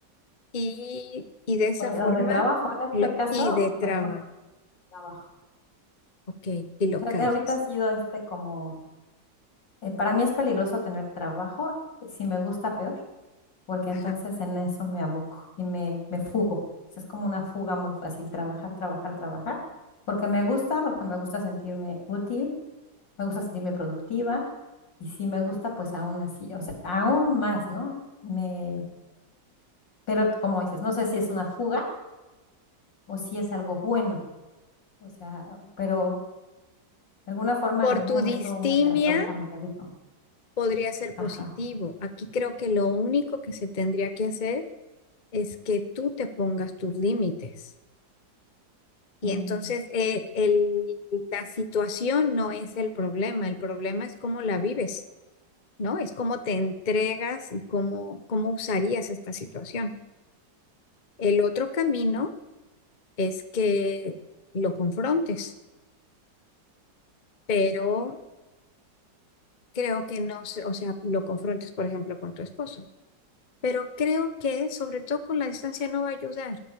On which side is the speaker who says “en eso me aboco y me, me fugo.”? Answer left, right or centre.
Left